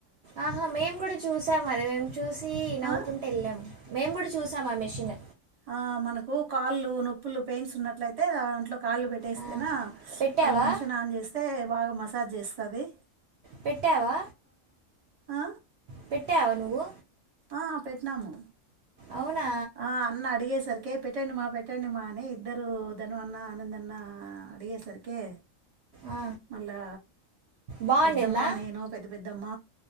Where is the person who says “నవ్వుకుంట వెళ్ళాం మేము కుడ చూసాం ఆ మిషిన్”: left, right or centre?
Right